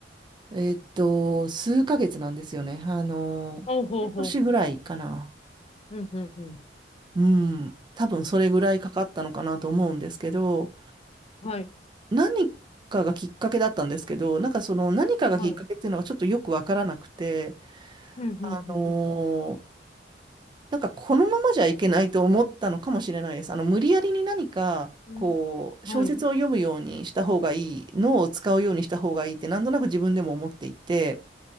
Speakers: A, on the right (about 25°); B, on the left (about 35°).
A: えっと、数ヶ月なんですよね。あの、
B: ほうほうほ
A: 半年ぐらいかな。
B: う。うん、うん、うん。
A: うん、多分それぐらいかかったのかなと思うんですけど、
B: はい、
A: 何かがきっかけだったんですけど、なんかその何かがきっかけっていうのがちょっとよくわからなくて、
B: はい。うん、うん、うん。
A: あのーなんかこのままじゃいけないと思ったのかもしれないです。あの、無理やりに何か、
B: うん
A: こう、
B: はい、
A: 小説を読むようにした方がいい、脳を使うようにした方がいいってなんとなく自分でも思っていて、